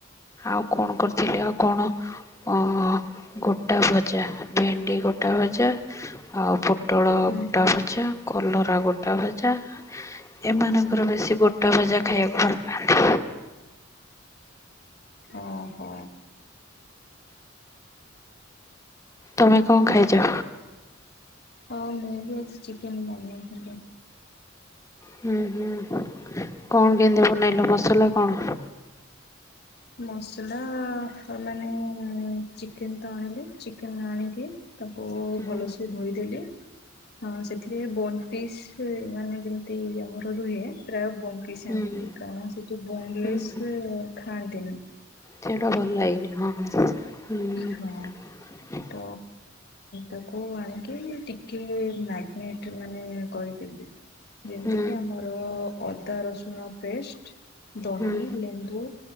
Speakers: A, on the left; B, on the left.
A: ଆଉ କଣ କରୁଥିଲି ଆଉ କଣ? ଅହ ଗୋଟା ଭଜା ଭେଣ୍ଡି ଗୋଟା ଭଜା ଆଉ ପୋ ପୋଟଳ
B: ହୁଁ
A: ଗୋଟା
B: ହୁଁ।
A: ଭଜା କଲରା ଗୋଟା ଭଜା ଏମାନଙ୍କର
B: ଓହୋ।
A: ବେଶୀ ଗୋଟା ଭଜା ଖାଇବାକୁ ପାଆନ୍ତି।
B: ଓ ହୋ।
A: ତମେ କଣ ଖାଇଛ?
B: ହଁ ମୁଁ ବି ଅଛି ଚିକେନ ବନେଇଥିଲି।
A: ହୁ ହୁଁ କଣ କେନ୍ତି ବନେଇଲ ମସଲା କଣ?
B: ମସଲା ମାନେ ଚିକେନ ତ ଆଣିଲେ ଚିକେନ ଆଣକି ତାକୁ
A: ହୁଁ।
B: ଭଲସେ ଧୋଇଦେଲି ଅ ସେଥିରେ ବନ ପିସ୍ ସେ ମାନେ ଯେମିତି ଆମର ରୁହେ ପ୍ରାୟ ବଣ୍ ପିସ
A: ହୁଁ
B: ଆଣିଥିଲି କାରଣ ସେ ସୁ ବଙ୍ଗଲିଶ
A: ହୁଁ ହୁଁ
B: ଖାନ୍ତିନି।
A: ସେଟା ଭଲ ଲାଗନି ହଁ ହଁ ହୁଁ।
B: ହଁ ତ ତାକୁ ଆଣିକି ଟିକେ ମ୍ୟାଗନେଟ ମାନେ କରିଦଲେ ଯେମିତିକି
A: ହୁଁ
B: ଆମର ଅଦା ରସୁଣ ପେଷ୍ଟ ଦହି
A: ହୁଁ ହୁଁ
B: ଲେମ୍ବୁ